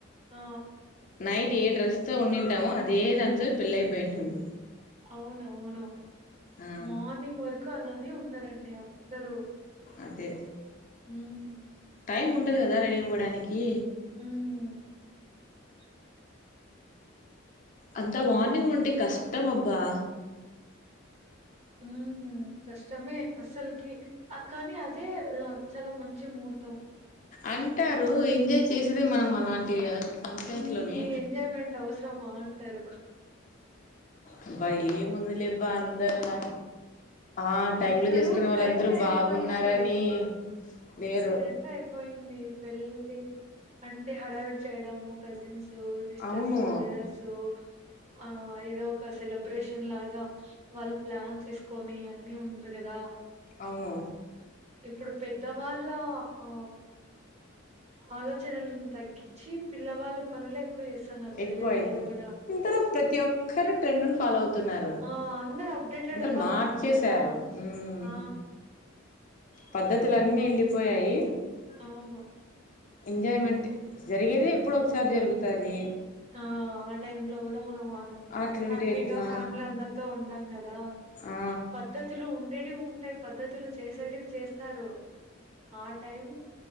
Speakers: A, on the right; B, on the left.
A: ఆ
B: నైట్ ట్ ఏ డ్రస్ తో ఉన్నిన్టామో అదే దాంతో పెళ్లి అయిపోయి ఉంటుంది
A: అవునవును
B: ఆ
A: మార్నింగ్ వరకు అలానే ఉన్నరండి అందరూ
B: అదే
A: ఉమ్
B: టైం ఉండదు కదా రెడీ అవ్వడానికి
A: ఉమ్
B: అంతా మార్నింగ్ ఉంటే కష్టం అబ్బా
A: ఉమ్ కష్టమే అసల్కి కానీ అదే చాలా మంచి మూర్
B: అంటారు ఎంజాయ్ చేసేదే మనం అలం కే ఫంక్షన్స్
A: మీకీ
B: లోనే
A: ఎంజాయ్‌మెంట్ అవసరమా అంటారు.
B: అబ్బా ఏ ముందు లేబ్బా అందరలా ఆ టైమ్
A: ఇప్పుడు
B: లో చేసుకునే వాళ్ళుందరూ
A: ట్రెండ్ అయిపోయింది.
B: బాగున్నారని లేరు
A: ఇప్పుడు ట్రెండ్ అయిపోయింది పెళ్ళి అంటే హడావిడి చేయడము కజిన్స్ న్స్ సిస్టర్సు
B: అవును
A: బ్రదర్సు ఆ ఏదో అవకా సెలబ్రేషన్ లాగా వాళ్ళు ప్లాన్ చేసుకొని అన్నీ ఉంట్రు కదా
B: అవును
A: ఇప్పుడు పెద్దవాళ్ళా ఆ ఆలోచనలని తగ్గిచ్చి పిల్లవాళ్ళ పనులే ఎక్కువ జేస్సానారు పెళ్ళిలల్లో
B: ఎక్కువ అయితారు
A: కూడా
B: అందరూ ప్రతి ఒక్కరు ట్రెండ్ని ఫాలో అవుతున్నారు
A: ఆ అందరు అప్డేటెడ్
B: అందరు
A: గా
B: మార్చేశారు
A: ఉన్నారు కదా
B: మ్మ్
A: ఆ
B: పద్ధతులన్నీ ఎళ్ళిపోయాయి
A: అవును
B: ఎంజాయ్మెంట్ జరిగేదేప్పుడో ఒకసారి జరుగుతాది
A: ఆ ఆ టైంలో కూడా మనం ఆనం
B: అట్లుంటే
A: హ్యాపీగా
B: ఎట్లా
A: ఫ్యామిలీ అందరితో ఉంటాం కదా దా
B: ఆ
A: పద్ధతులు ఉండేటివుంటయి పద్ధతులు చేసేటివి చేస్తారు ఆ టైం